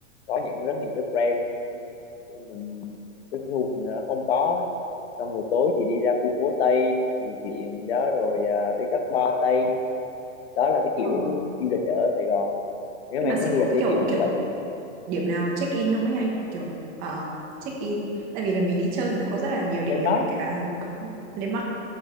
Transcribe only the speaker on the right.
Ờ,
nhưng
mà
sẽ
có
cái
kiểu
kiểu
điểm nào check in không ấy anh? Kiểu ờ, check in, tại vì là mình đi chơi thì nó có rất là nhiều
địa điểm
ấy, kể cả Hà Nội mình cũng lên